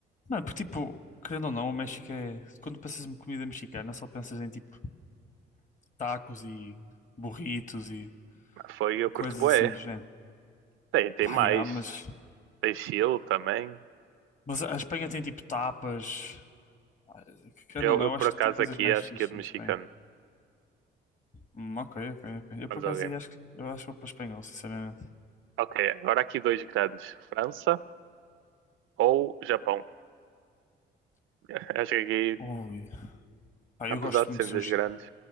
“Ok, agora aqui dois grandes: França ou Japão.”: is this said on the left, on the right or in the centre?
Right